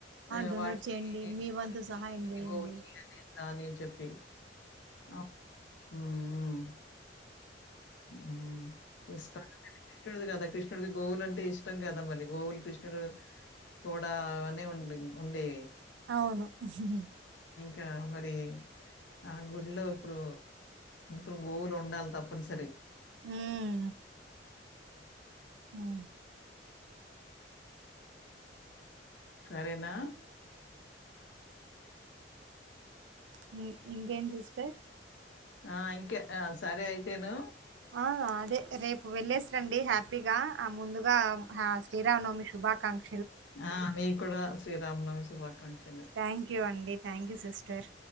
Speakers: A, on the left (about 80°); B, on the right (about 80°).
A: ఆ
B: డొనేట్
A: వాట్
B: చేయండి
A: కి ఇన్ని
B: మీ వంతు
A: రోజులు
B: సహాయం
A: ఇవి
B: చేయండి
A: గోవుకి అనేర్ తనేమ్ చెప్పి ఆ హుమ్ హ్మ్ హ్మ్ ఇస్ కాన్ ఉండేది క్రిష్ణునిది కదా క్రీష్ణుడికి గోవులంటే ఇష్ ఇష్టం కద మరి గోవుల్ క్రీష్ణుడు కూడా అనే ఉండింగ్ ఉండే
B: ఔను ఉహుమ్
A: గా మరి ఆ గుడ్ లో ఇప్పుడు గ్రో గోవుల్ ఉండాల్ తప్పన్ స్
B: ఉమ్ ఆ
A: సరేనా
B: హ్మ్ ఇంగెన్ జీస్టర్
A: ఆ ఇంకే ఆ సరే అయితేను
B: ఆ అదే రేపు వెలేస్ రండి హ్యాపీగా ఆ ముందుగా ఆ శ్రీరామ్ నవ్ మి శుభాకాంక్
A: ఆ మీ కూడా శ్రీరామ్ నవ్ మి శుభాకాంక్ ష్
B: థ్యాంక్ యూ అండి థ్యాంక్ యూ సిస్టర్